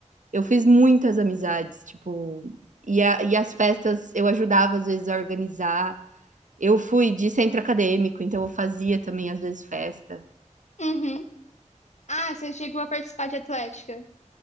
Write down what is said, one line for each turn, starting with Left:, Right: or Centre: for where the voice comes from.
Right: eu fiz muitas amizades, tipo, e a e as festas eu ajudava às vezes a organizar. Eu fui de centro acadêmico, então eu fazia também às vezes festa.
Left: uhum. Ah, você chegou a participar de atlética?